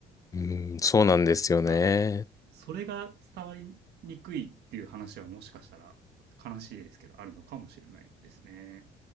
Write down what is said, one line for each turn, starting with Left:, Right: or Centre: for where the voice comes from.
Left: うん、そうなんですよね。
Right: なんか、それが伝わりにくいっていう話はもしかしたら悲しいですけど、あるのかもしれないですね。